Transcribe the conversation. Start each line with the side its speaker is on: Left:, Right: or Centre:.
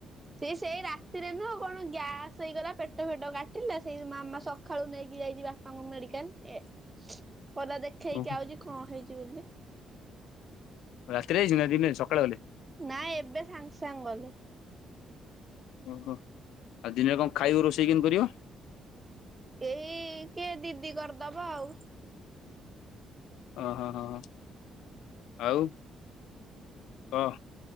Right: ସେ ସେଇ ରାତିରେ ନୁହଁ କଣ ଗ୍ୟାସ ହେଇଗଲା ପେଟ ଫେଟ କାଟିଲା ସେଇ ମାମା ସକାଳୁ ନେଇକି ଯାଇଯିବା ତାଙ୍କୁ ମେଡ଼ିକାଲ ଏ କହିଲା ଦେଖେଇକି
Left: ଓହୋ
Right: ଆଉଛି କଣ ହେଇଛି ବୋଲି।
Left: ରାତିରେ ଯାଇଛନ୍ତି ନା ଦିନରେ ସକାଳେ ଗଲେ।
Right: ନାଇଁ ଏବେ ସାଙ୍ଗେ ସାଙ୍ଗ ଗଲେ।
Left: ଓହୋ ଆଉ ଦିନରେ କଣ ଖାଇବ ରୋଷେଇ କେମିତି କରିବ।
Right: ଏଇ କିଏ ଦିଦି କରିଦବ ଆଉ।
Left: ଓ ହଁ ହଁ ହଁ ଆଉ। କହ